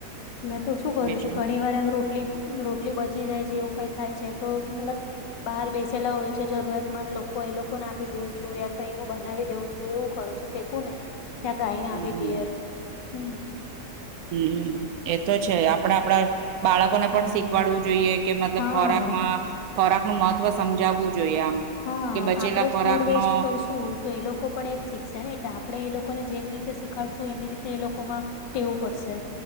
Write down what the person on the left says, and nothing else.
મેં તો શું કરું
છું ઘણી વાર એમ રો રટલી રોટલી બચી જાય છે એવું કઈ થાય છે તો મતલબ બહાર બેસેલા હોય છે જરૂરતમંદ લોકો એ લોકોને આપી દેઉ છું યા કઈનું બનાવી દેઉું છું. એવું કરું છું ફેંકું નહી ત્યાં ગાઈને
આપી દેએ. હમ...
હા
હા
આપડે જ
ફૂડ વેસ્ટ
કરશું તો એ લોકો પણ એ જ શીખશે ને એટલે આપણે એ લોકોને જેવી રીતે શીખાડશું એવી રીતે એ લોકોમાં વું પડશે.